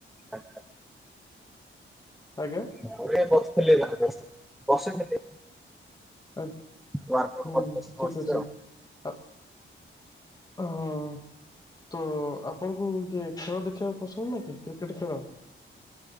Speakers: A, in the centre; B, on the left.
A: ଆଚ୍ଛା
B: ଆଜ୍ଞା।
A: <inaudible>
B: <inaudible>
A: ୱାର୍କ କରି ବସିଛି ଆଉ।
B: <inaudible> ତ ଆପଣଙ୍କୁ ଖେଳ ଦେଖିବାକୁ ପସନ୍ଦ୍ ନୁହେଁକି? କ୍ରିକେଟ୍ ଖେଳ।